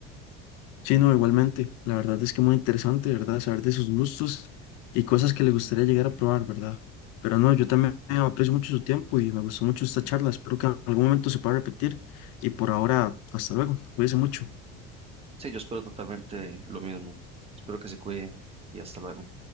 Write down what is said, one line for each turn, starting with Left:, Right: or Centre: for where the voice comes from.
Left: Sí, no, igualmente. La verdad es que muy interesante, ¿verdad? Saber de sus gustos y cosas que le gustaría llegar a probar, ¿verdad? Pero no, yo también aprecio mucho su tiempo y me gustó mucho esta charla. Espero que en algún momento se pueda repetir. Y por ahora, hasta luego. Cuídese mucho.
Right: Sí, yo espero totalmente lo mismo. Espero que se cuide y hasta luego.